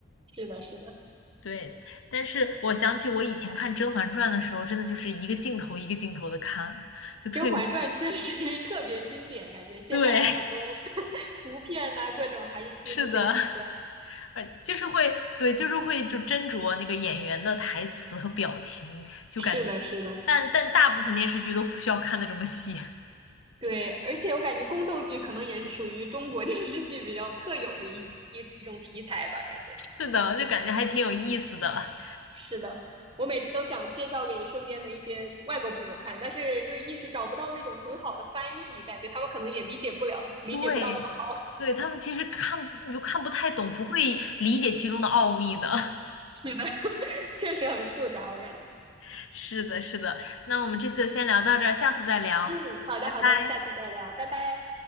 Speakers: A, on the right (about 25°); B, on the left (about 85°).
A: 是的，是的，
B: 对，但是我想起我以前看《甄嬛传》的时候，真的就是一个镜头一个镜头的看，就特别，
A: 《甄嬛传》确实
B: <laughs>
A: <laughs> 特别经典，感觉现在还有很多
B: 对，
A: <laughs> 图片呐、各种还是出自《甄嬛传》。
B: 是的，呃，就是会，对，就是会就斟酌那个演员的台词和表情，就感觉，
A: 是的，是的，
B: 但但大部分电视剧都不需要看的这么细，
A: 对，而且我感觉宫斗剧可能也是属于中国 <laughs> 电视剧比较特有的一一一种题材吧，感觉。
B: <laughs> 是的，就感觉还挺有意思的。
A: 是的，我每次都想介绍给身边的一些外国朋友看，但是又一时找不到那种很好的翻译，感觉他们可能也理解不了，理解不到那么好。
B: 对，对，他们其实看你就看不太懂，不会理解其中的奥秘的。
A: <laughs> 是的，<laughs> 确实很复杂，我感觉。
B: <laughs> 是的，是的。那我们这次就先聊到这儿，下次再聊，
A: 嗯，好的好的，
B: 拜拜。
A: 下次再聊，拜拜。